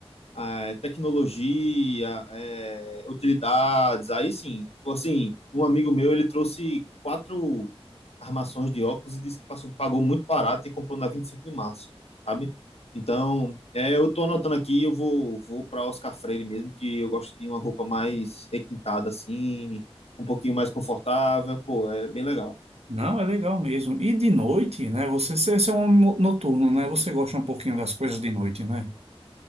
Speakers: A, on the left; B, on the right.
A: é, tecnologia, é, utilidades, aí sim. Tipo assim, um amigo meu, ele trouxe quatro armações de óculos e disse que passou, pagou muito barato e comprou na 25 de março, sabe? Então, é, eu tô anotando aqui, eu vou, vou para Oscar Freire mesmo, que eu gosto de uma roupa mais requintada assim, um pouquinho mais confortável, pô, é bem legal.
B: Não, é legal mesmo. E de noite, né? Você, você você é um homem mo- noturno, né? Você gosta um pouquinho das coisas de noite, né?